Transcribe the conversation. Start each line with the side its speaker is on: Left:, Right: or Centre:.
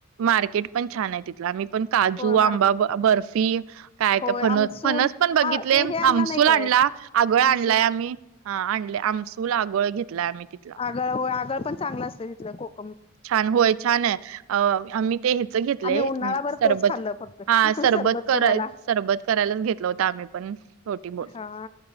Right: मार्केट पण छान आहे तिथला आम्ही पण काजू,
Left: होय मार्केट
Right: आंबा बर्फी, काय
Left: होय
Right: फनस
Left: आमसूल
Right: फनस पण बघितले
Left: ते हे आणला
Right: आमसूल
Left: नाही काय
Right: आणला. आगळ
Left: आमसूल
Right: आणलाय आम्ही, हा आणल आमसूल आगळ घेतलाय आम्ही तिथला.
Left: आगळ होय आगळ पण चांगलं असतं तिथलं कोकम.
Right: छान होय छान आहे अ आम्ही ते हिच घेतलय,
Left: आम्ही उन्हाळाभर
Right: सरबत,
Left: तोच खाल्लं फक्त
Right: हा सरबत कराय
Left: करायला
Right: सरबत करायलाच घेतला होत आम्ही पण, छोटी बोट.
Left: हा